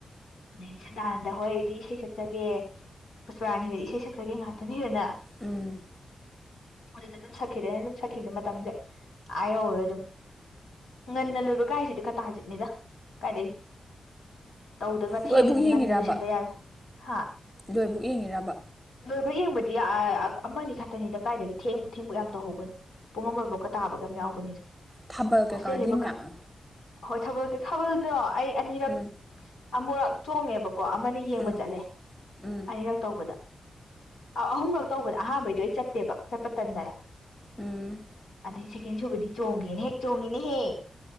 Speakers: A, on the left (about 80°); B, in the centre.
A: ꯑꯩ ꯁꯗꯥꯅꯟꯗ ꯍꯣꯏꯗꯤ ꯏꯁꯩ ꯁꯛꯆꯒꯦ ꯄꯨꯆꯄꯔꯥꯅꯤ ꯍꯣꯏꯗꯤ ꯏꯁꯩ ꯁꯛꯆꯒꯦ ꯉꯥꯏꯍꯥꯛꯇꯪ ꯂꯩꯅ
B: ꯎꯝ
A: ꯑꯗꯨꯅ ꯑꯗꯨꯝ ꯁꯛꯈꯤꯗꯦ ꯑꯩꯅ ꯑꯗꯨꯝ ꯁꯛꯈꯤꯕꯗ ꯃꯇꯝꯁꯦ ꯑꯥ ꯌꯧꯔꯦ ꯑꯗꯨꯝ ꯉꯟꯅ ꯂꯣꯏꯕꯒꯥꯏꯁꯤꯗꯤ ꯈꯇꯥꯖꯤꯠꯅꯤꯗ ꯀꯥꯏꯗꯒꯤꯩ ꯇꯧꯗꯣꯏ ꯃꯊꯦꯡ
B: ꯂꯣꯏꯕꯨꯛ ꯌꯦꯡꯉꯤꯔꯕ
A: ꯉꯟꯅ ꯂꯣꯏꯁꯟꯗ ꯌꯥꯔꯣꯏ ꯍꯥ
B: ꯂꯣꯏꯕꯨꯛ ꯌꯦꯡꯉꯤꯔꯕ
A: ꯂꯣꯏꯕ ꯌꯦꯡꯕꯗꯤ ꯑꯃ ꯑ ꯈꯛꯇꯅꯤꯗ ꯀꯥꯏꯗꯒꯤ ꯊꯦꯡꯕ ꯊꯦꯡꯕ ꯌꯥꯝ ꯇꯧꯍꯧꯕꯅꯤ ꯄꯨꯡ ꯑꯃꯐꯥꯎꯀ ꯇꯥꯕ ꯌꯥꯎꯕꯅꯤꯗ
B: ꯊꯥꯕꯜ ꯀꯩꯀꯥꯗꯤ
A: ꯍꯣꯁꯇꯦꯜꯅꯦꯕꯀ
B: ꯃꯌꯥꯝ
A: ꯍꯣꯏ ꯊꯥꯕꯜ ꯊꯥꯕꯜꯗꯣ ꯑꯩ ꯑꯅꯤꯔꯛ
B: ꯎꯝ
A: ꯑꯃꯨꯔꯛ ꯊꯣꯡꯉꯦꯕ ꯀꯣ ꯑꯃꯅ ꯌꯦꯡꯕ
B: ꯎꯝ
A: ꯆꯠꯂꯦ
B: ꯎꯝ
A: ꯑꯅꯤꯔꯛ ꯇꯧꯕꯗ ꯑꯥꯎ ꯑꯍꯨꯝꯈꯛ ꯇꯧꯕꯗ ꯑꯍꯥꯟꯕꯩꯗꯣ ꯑꯩ ꯆꯠꯇꯦꯕ ꯆꯠꯄ ꯇꯟꯗꯅ
B: ꯎꯝ
A: ꯑꯗꯩ ꯁꯦꯀꯦꯟ ꯁꯨꯕꯗꯤ ꯆꯣꯡꯒꯦꯅ ꯍꯦꯛ ꯆꯣꯡꯉꯤꯅꯦꯍꯦꯛ